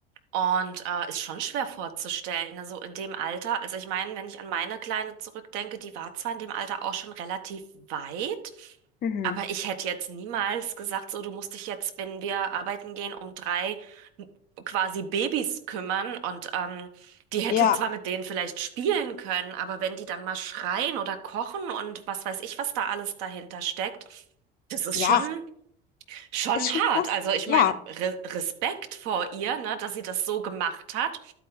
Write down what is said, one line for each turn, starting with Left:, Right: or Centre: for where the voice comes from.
Right: Und äh, ist schon schwer vorzustellen, ne? So in dem Alter. Also ich meine, wenn ich an meine Kleine zurückdenke, die war zwar in dem Alter auch schon relativ weit,
Left: Mhm.
Right: aber ich hätte jetzt niemals gesagt, so, du musst dich jetzt, wenn wir arbeiten gehen, um drei quasi Babys kümmern. Und ähm, die hätte
Left: Ja,
Right: zwar mit denen vielleicht spielen können, aber wenn die dann mal schreien oder kochen und was weiß ich, was da alles dahinter steckt, das ist
Left: ja,
Right: schon, schon
Left: ist
Right: hart.
Left: schon krass.
Right: Also ich
Left: Ja.
Right: meine, Re Respekt vor ihr, ne, dass sie das so gemacht hat.